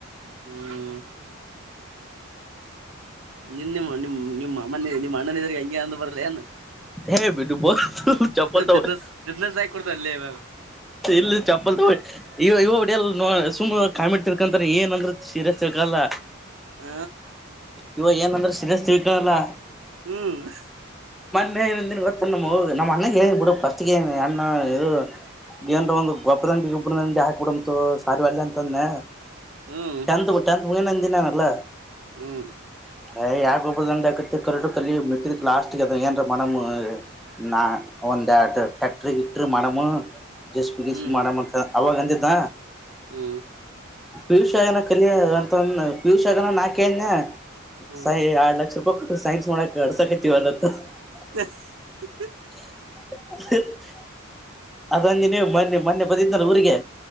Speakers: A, on the right (about 70°); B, in the centre.
A: ಹ್ಮ್ ನಿಮ ನಿಮ್ಮ ನಿ ನಿಮ್ಮಮ್ಮನ ನಿಮ್ಮ ಅಣ್ಣನ ಇದ್ರೆ ಹೆಂಗೆ ಅಂದ ಬರಲಿಏ
B: ಹ ಬಿಟು ಬ ಚಪ್ಪಲ ತೊಗೊ
A: ಬಿಸ್ನೆಸ್
B: <inaudible>
A: ಬಿಸ್ನೆಸ್ ಆಗಿ ಕೊಡ್ತ ಅಲ್ಲೇ ಇವಾಗ
B: ಇಲ್ಲ ಚಪ್ಪಲ್ ತೊಗೊ ಇವ ಇವ. ಸುಮ್ಮ್ ಕಾಮಿಡ್ ತಿಳ್ಕೋತಾರ ಏನ್ ಅಂದ್ರ ಸೀರಿಯಸ್ ತಿಳ್ಕೊಳಲ್ಲ.
A: ಹ
B: ಇವ ಏನಂದ್ರ ಸಿರೆ ತಿೀಕಳಲ್ಲ
A: ಹ್ಮ್
B: ಅಣ್ಣ ನಿವತ್ತ ನ ನಮ್ಮ ಅ್ಣಗೆಳ ಬಿಡುಸ್ ಅಣ್ಣದು ಏನ್ ಒಂದು ಗಬ್ಬರಂಡಿ ಗೊಬ್ಬ್ರ ದಿ ಹಾಕಬಡು ಸಾರಿ ಒಳ್ಳ ಅಂತಂದೆ
A: ಹ್ಮ್
B: ಟೆನತ್ ಟೆನತ್ ಉ ನಂದಿನಾನಲ್ಲ
A: ಹ್ಮ್
B: ಅಯ್ ಯಾಗ ಒಬ್ಬ ದಂಡ್ ಆಕತ್ತ ಕಲ್ರು ಕಲ್ಲಿ ಬಿಿದಕ್ ಲಾಸ್ಟ್ಗ ಅದ ಏನ್ ಮನಮ ನಾ ಒಂದು ಟಕ್ಟರ್ ಇಟ್ಟ ಮನಮು ಜಸ್ಪ
A: ಹ್ಮ್
B: ಗೀಸ್ ಮಾಡಂತ ಅವಾಗ ಅಂದಿದ್ದ
A: ಹ್ಮ್
B: ಪಿಯುಸಿ ಆಗನ ಕಲಿಯ ಅಂತ ಪಿಯುಸಿ ಆಗನ ನಾ ಕೇಳಿನ
A: ಹ್ಮ್
B: ಸೈನ್ಸ್ ಯಾಡ್ ಲಕ್ಷ ರೂಪಾಯಿ. ಸೈನ್ಸ್ ಮಾಡೋಕ್ಕ <unintelligible>
A: <unintelligible>
B: <unintelligible> ಅದ ನಿನ್ನೆ ಮೊನ್ನೆ ಮೊನ್ನೆ ಬಂದಿದನಲ್ಲ ಊರಿಗೆ